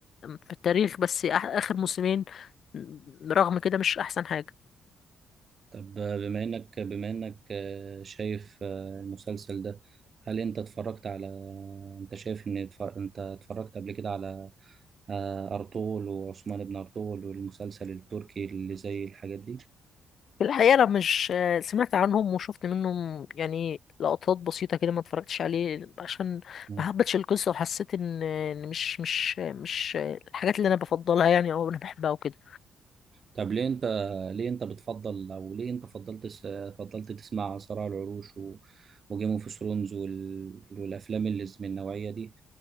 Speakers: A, on the left; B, on the right.
A: في التاريخ بس آخر موسمين رغم كده مش أحسن حاجة
B: طب بما انك بما انك آه، شايف آه، المسلسل ده هل انت اتفرجت على انت شايف ان اتفر- انت اتفرجت قبل كده على آه، ارطغرل وعثمان بن ارطغرل والمسلسل التركي اللي زي الحاجات دي
A: في الحقيقة أنا مش سمعت عنهم وشفت منهم يعني لقطات بسيطة كده ما اتفرجتش عليه عشان
B: مم.
A: ما حبتش القصة وحسيت إن إن مش مش مش الحاجات اللي أنا بفضلها يعني أو أنا بحبها وكده
B: طب ليه انت ليه انت بتفضل او ليه انت فضلت س- فضلت تسمع صراع العروش و وجيم اوف ثرونز وال... والافلام اللي من النوعية دي